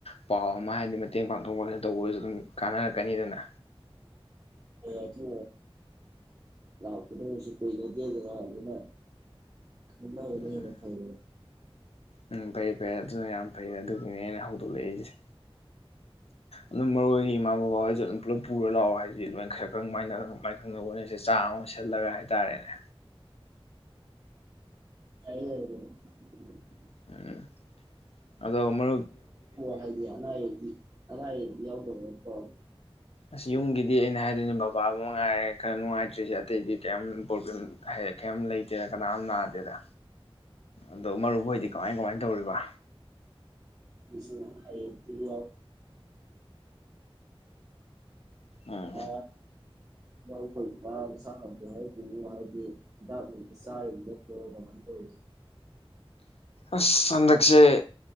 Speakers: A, on the left (about 80°); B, on the right (about 35°).
A: ꯄꯥꯎ ꯑꯃ ꯍꯥꯏꯗꯤ ꯃꯇꯦꯡ ꯄꯥꯡꯊꯣꯛ ꯄꯥꯡꯁꯤꯟ ꯇꯧꯕꯁꯨ ꯑꯗꯨꯝ ꯀꯥꯟꯅꯔꯛꯀꯅꯤꯗꯅ
B: ꯍꯊ ꯂꯥꯛꯀꯗꯔꯁꯨ ꯀꯩꯩꯅꯗꯦꯗ ꯂꯥꯛꯑ ꯑꯗꯨꯅ ꯈꯅꯥꯅ
A: ꯎꯝ
B: ꯐꯥꯏ
A: ꯎꯝ ꯐꯩꯦ ꯐꯩꯦ ꯑꯗꯨꯅ ꯌꯥꯝ ꯐꯩ ꯑꯗꯨꯒꯤꯅꯦ ꯑꯩꯅ ꯍꯧꯗꯣꯛꯂꯛꯏꯁꯦ ꯑꯗꯨꯝ ꯃꯔꯨ ꯑꯣꯏꯒꯤ ꯏꯃꯥ ꯕꯕꯥ ꯍꯣꯏꯁꯨ ꯑꯗꯨꯝ ꯄꯨꯂꯞ ꯄꯨꯔ ꯂꯥꯛꯑꯣ ꯍꯥꯏꯗꯤ ꯂꯣꯏ ꯈꯔ ꯈꯔ ꯃꯅ ꯃꯥꯏ ꯈꯪꯅꯕ ꯍꯣꯠꯁꯦ ꯆꯥ ꯑꯃ ꯁꯤꯠꯂꯒ ꯍꯥꯏꯇꯥꯔꯦꯅꯦ
B: ꯑ
A: ꯎꯝ ꯑꯗꯣ ꯑꯃ
B: ꯍꯥꯏꯗꯤ ꯑꯅꯥ ꯑꯛꯇ ꯑꯔꯥꯏ ꯌꯥꯎꯗꯣ ꯑꯣꯏ
A: ꯑꯁ ꯌꯨꯝꯒꯤꯗꯤ ꯑꯩꯅ ꯍꯥꯏꯗꯣꯏꯅꯦ ꯕꯕꯥꯕꯨ ꯉꯉꯥꯏꯔꯦ ꯈꯔ ꯅꯨꯡꯉꯥꯏꯇ꯭ꯔꯤꯁꯦ ꯑꯇꯩꯗꯤ ꯀꯔꯤꯝ ꯄ꯭ꯔꯣꯕ꯭ꯂꯦꯝ ꯀꯩꯝ ꯂꯩꯇꯦꯗ ꯀꯅꯥꯝ ꯅꯥꯗꯦꯗ ꯑꯗꯣ ꯃꯔꯨꯞꯣꯏꯗꯤ ꯀꯃꯥꯏ ꯀꯃꯥꯏꯅ ꯇꯧꯔꯤꯕ
B: ꯍꯥ ꯂ
A: ꯎꯝ
B: ꯑ ꯂꯧꯈꯣꯏꯕ ꯃꯁꯥ ꯉꯗ ꯍꯥꯏꯒꯅꯨ ꯍꯥꯏꯗꯤ ꯍꯤꯗꯥꯛ ꯆꯥꯔꯤꯔꯤꯕꯗꯣ ꯀꯃꯥꯏꯅ ꯇꯧꯔꯤꯒꯦ
A: ꯑꯁ ꯍꯟꯗꯛꯁꯦ